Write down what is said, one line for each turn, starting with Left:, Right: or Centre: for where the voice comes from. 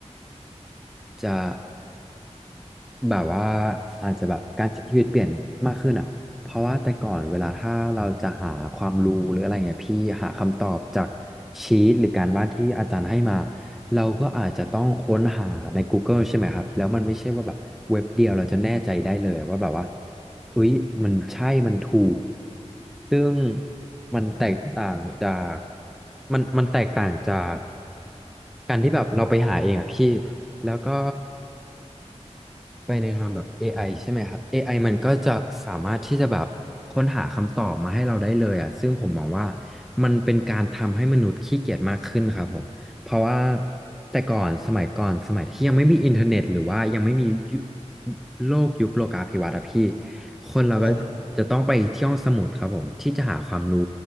Centre: จะ แบบว่าอาจจะแบบการใช้ชีวิตเปลี่ยนมากขึ้นอ่ะเพราะว่าแต่ก่อนเวลาถ้าเราจะหาความรู้หรืออะไรเงี้ยพี่หาคำตอบจากชีตหรือการบ้านที่อาจารย์ให้มาเราก็อาจจะต้องค้นหาใน Google ใช่ไหมครับแล้วมันไม่ใช่ว่าแบบเว็บเดียวเราจะแน่ใจได้เลยว่าแบบว่าอุ๊ยมันใช่มันถูกซึ่งมันแตกต่างจากมันมันแตกต่างจากการที่แบบเราไปหาเองอ่ะพี่แล้วก็ ไปในทางแบบ AI ใช่ไหมครับ AI มันก็จะสามารถที่จะแบบค้นหาคำตอบมาให้เราได้เลยอ่ะซึ่งผมมองว่ามันเป็นการทำให้มนุษย์ขี้เกียจมากขึ้นครับผม เพราะว่าแต่ก่อนสมัยก่อนสมัยที่ยังไม่มีอินเทอร์เน็ตหรือว่ายังไม่มียุโลกยุคโลกาภิวัตน์อะพี่ คนเราก็จะต้องไปที่ห้องสมุดครับผมที่จะหาความรู้
Left: ครับผม